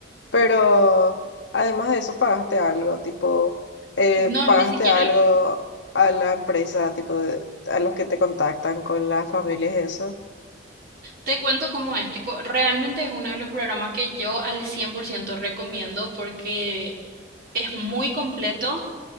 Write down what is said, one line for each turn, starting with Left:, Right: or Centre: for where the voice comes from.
Left: Pero además de eso, pagaste algo, tipo, eh,
Right: No,
Left: pagaste
Right: ni siquiera
Left: algo
Right: el-
Left: a la empresa, tipo, de- a los que te contactan con las familias, eso.
Right: te cuento cómo es. Tipo, realmente es uno de los programas que yo al 100% recomiendo porque es muy completo.